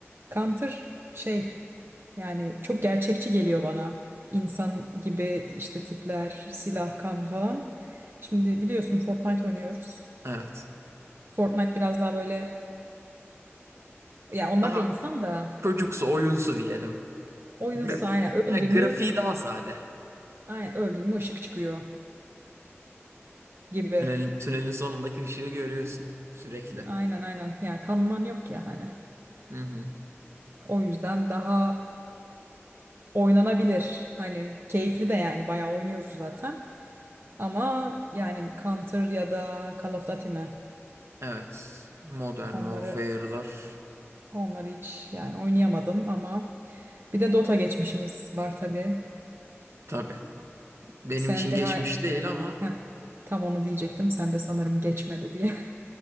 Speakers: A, on the right; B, on the right.
A: Counter şey yani çok gerçekçi geliyor bana. İnsan gibi işte tipler, silah, kan falan. Şimdi biliyorsun Fortnite oynuyoruz.
B: Evet.
A: Fortnite biraz daha böyle ya onlar
B: Daha
A: da insan da
B: Çocuksu, oyunsu diyelim.
A: oyun
B: Grafik,
A: sa- aynen
B: ha,
A: öldün
B: grafiği
A: mü
B: daha sade.
A: aynen öldün mü ışık çıkıyor gibi.
B: Tünelin, tünelin sonundaki ışığı görüyorsun sürekli.
A: Aynen aynen ya kanman yok ya hani.
B: Hı hı.
A: O yüzden daha oynanabilir. Hani keyifli de yani bayağı oynuyoruz zaten. Ama yani Counter ya da Call of Duty mi?
B: Evet. Modern
A: Onları
B: Warfare'lar.
A: onları hiç yani oynayamadım ama bir de Dota geçmişimiz var tabii.
B: Tabii. Benim
A: Sen
B: için
A: de
B: geçmiş
A: ha-
B: değil ama
A: heh, tam onu diyecektim. Sen de sanırım geçmedi diye. <laughs>